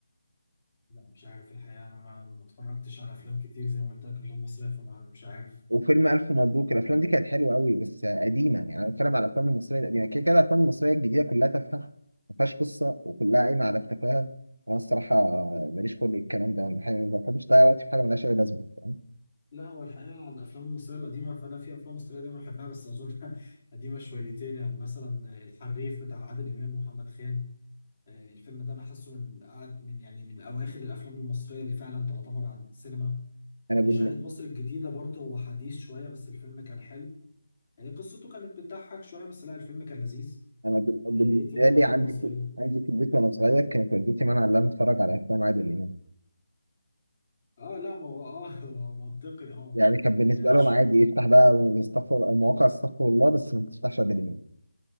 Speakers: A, on the left; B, on the right.
A: لا مش عارف الحقيقة أنا ما ما اتفرجتش على أفلام كتير زي ما قلت لك أفلام مصرية فما مش عارف
B: وفيلم الف مبروك الافلام دي كانت حلوه قوي بس آه، قديمه يعني انا بتكلم على الافلام المصريه القديمه كده كده الافلام المصريه الجديده كلها تافهه ما فيهاش قصه وكلها قايمه على التفاهه انا الصراحه آه، ماليش خلق الكلام ده أنا بح- ما بحبش اضيع وقتي في حاجه ملهاش اي لازمه فاهم؟
A: لا هو الحقيقة على الأفلام المصرية القديمة فأنا في أفلام مصرية قديمة بحبها بس أظن <laughs> قديمة شويتين يعني مثلا الحريف بتاع عادل إمام ومحمد خان آه، الفيلم ده أنا حاسه من قعد- من يعني من أواخر الأفلام المصرية اللي فعلا تعتبر عن السينما
B: انا
A: آه،
B: بالن-
A: شقة مصر الجديدة برضه هو حديث شوية بس الفيلم كان حلو آه، قصته كانت بتضحك شوية بس لا الفيلم كان لذيذ
B: انا بال- بالنسبه
A: آه، إيه تاني
B: لي
A: أفلام
B: عندي
A: مصرية؟
B: في عندي في البيت وانا صغير كانت والدتي مانعه ان انا اتفرج على افلام عادل امام
A: آه لا ما هو آه <laughs> هو منطقي آه
B: يعني كان بالنسبة
A: آه،
B: لهم عادي افتح بقى استغفر مواقع استغفر الله بس ما تفتحش ادري مين